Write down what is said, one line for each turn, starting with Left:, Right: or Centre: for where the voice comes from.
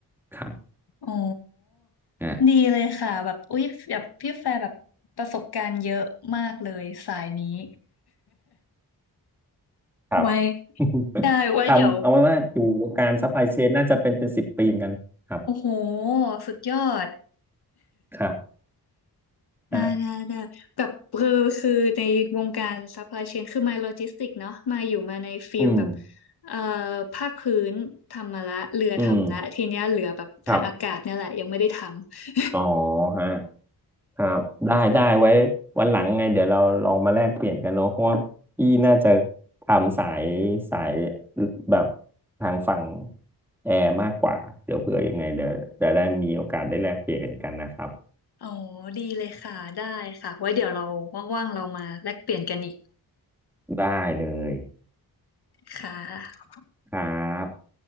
Centre: ครับ
Left: อ๋อ
Centre: ฮะ
Left: ดีเลยค่ะแบบอุ๊ยแบบพี่แฟร์แบบประสบการณ์เยอะมากเลยสายนี้ <laughs>
Centre: ครับ
Left: ไว้
Centre: <laughs>
Left: ได้ไว้เดี๋ยว
Centre: ทำเอาไว้ว่าอยู่วงการซัพพลายเชนน่าจะเป็นเป็นสิบปีเหมือนกันครับ
Left: โอ้โหสุดยอด
Centre: ครับ
Left: ได้ได้ได้แบบคือคือในวงการซัพพลายเชนคือมาโลจิสติกเนาะมาอยู่มาในฟิลแบบ
Centre: ฮะอืม
Left: เอ่อภาคพื้นทำมาละเรือทำละทีเนี้ยเหลือแบบทางอากาศเนี่ยแหละยังไม่ได้ทำ
Centre: อืมครับอ๋อฮะ ครับได้ได้ไว้วันหลังไงเดี๋ยวเราลองมาแลกเปลี่ยนกันเนาะเพราะว่าพี่น่าจะทำสายสายแบบทางฝั่งแอร์มากกว่าเดี๋ยวเผื่อยังไงเดี๋ยวจะได้มีโอกาสได้แลกเปลี่ยนกันกันนะครับ
Left: <laughs> อ๋อดีเลยค่ะได้ค่ะไว้เดี๋ยวเราว่างๆเรามาแลกเปลี่ยนกันอีก
Centre: ได้เลย
Left: ค่ะ
Centre: ครับ